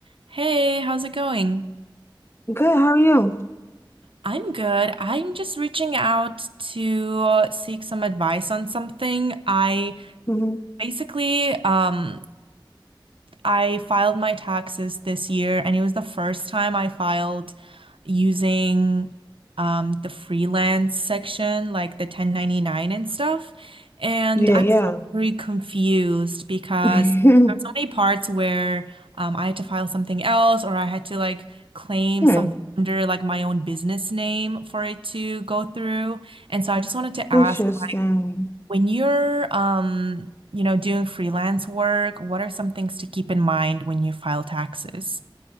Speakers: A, on the right (about 85°); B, on the left (about 30°).
A: Hey, how's it going?
B: Good, how are you?
A: I'm good. I'm just reaching out to uh, seek some advice on something. I
B: hmm
A: basically um I filed my taxes this year, and it was the first time I filed using um, the freelance section, like the 1099 and stuff. And
B: Yeah,
A: I'm
B: yeah.
A: still very confused because
B: <laughs>
A: there are so many parts where um, I had to file something else, or I had to like claim
B: Hmm.
A: something under like my own business name for it to go through. And so I just wanted to ask
B: Interesting.
A: when you're, um, you know, doing freelance work, what are some things to keep in mind when you file taxes?